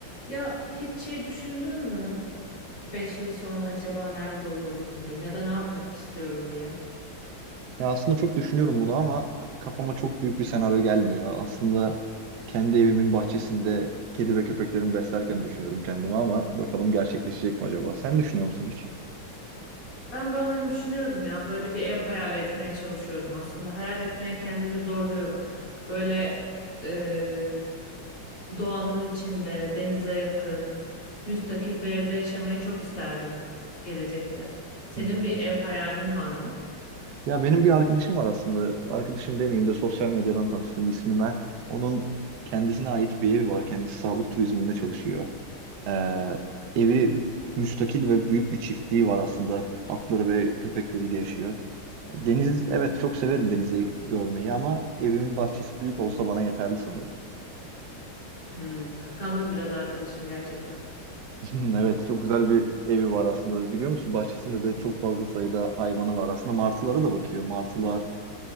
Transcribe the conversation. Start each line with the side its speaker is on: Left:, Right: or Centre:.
Left: Ya hiç şey düşündün mü? beş yıl sonra acaba nerede olurum bugün ya da ne yapmak istiyorum diye.
Right: Ya aslında çok düşünüyorum bunu ama kafama çok büyük bir senaryo gelmiyor. Aslında kendi evimin bahçesinde kedi ve köpeklerimi beslerken düşünüyorum kendimi ama bakalım gerçekleşecek mi acaba? Sen düşünüyor musun hiç?
Left: Ben bazen düşünüyorum ya böyle bir ev hayal etmeye çalışıyorum aslında. Hayal etmeye kendimi zorluyorum. Böyle eee, doğanın içinde, denize yakın, müstakil bir evde yaşamayı çok isterdim gelecekte. Senin
Right: Hmm.
Left: bir ev hayalin var mı?
Right: Ya benim bir arkadaşım var aslında. Arkadaşım demeyeyim de sosyal medyadan tanıştım. İsmi Mert. Onun kendisine ait bir evi var. Kendisi sağlık turizminde çalışıyor. Ee, evi müstakil ve büyük bir çiftliği var aslında. Atları ve köpekleriyle yaşıyor. Deniz, evet çok severim denizi görmeyi ama evimin bahçesi büyük olsa bana yeterli sanırım.
Left: Hmm, kıskandım biraz arkadaşını gerçekten.
Right: <laughs> Evet çok güzel bir evi var aslında. Biliyor musun bahçesinde de çok fazla sayıda hayvanı var. Aslında martılara da bakıyor. Martılar,